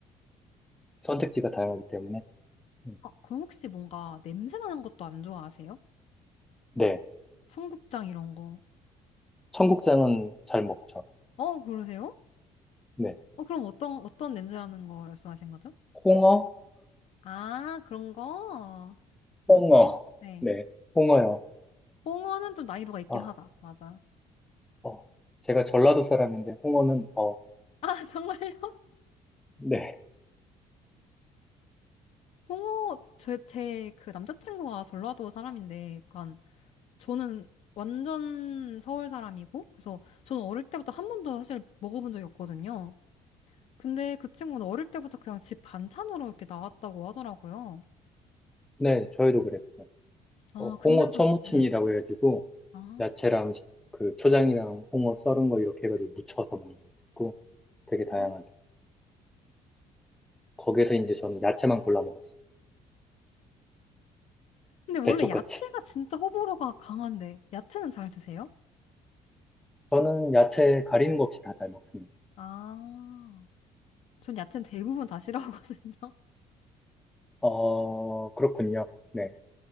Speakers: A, in the centre; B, on the left.
A: 선택지가 다양하기 때문에. 음,
B: 아, 그럼 혹시 뭔가 냄새 나는 것도 안 좋아하세요?
A: 네.
B: 청국장 이런 거.
A: 청국장은 잘 먹죠.
B: 어, 그러세요?
A: 네.
B: 어, 그럼 어떤, 어떤 냄새라는 거 말씀하신 거죠?
A: 홍어?
B: 아, 그런 거?
A: 홍어.
B: 네.
A: 네. 홍어요.
B: 홍어는 좀 난이도가 있긴
A: 아,
B: 하다. 맞아.
A: 어. 제가 전라도 사람인데, 홍어는, 어,
B: 아, <laughs> 정말요?
A: 네.
B: 홍어, 제, 제, 그 남자친구가 전라도 사람인데, 약간, 저는 완전 서울 사람이고, 그래서 저는 어릴 때부터 한 번도 사실 먹어본 적이 없거든요. 근데 그 친구는 어릴 때부터 그냥 집 반찬으로 이렇게 나왔다고 하더라고요.
A: 네, 저희도 그랬어요.
B: 아,
A: 어, 홍어
B: 근데도,
A: 초무침이라고
B: 네.
A: 해가지고,
B: 아,
A: 야채랑 시- 그 초장이랑 홍어 썰은 거 이렇게 해가지고 무쳐서 먹는 것도 있고, 되게 다양하죠.
B: 아.
A: 거기에서 이제 저는 야채만 골라 먹었어요.
B: 근데 원래
A: 대쪽같이.
B: 야채가 진짜 호불호가 강한데, 야채는 잘 드세요?
A: 저는 야채 가리는 거 없이 다 잘 먹습니다.
B: 아, 전 야채는 대부분 다 싫어하거든요.
A: 어, 그렇군요. 네.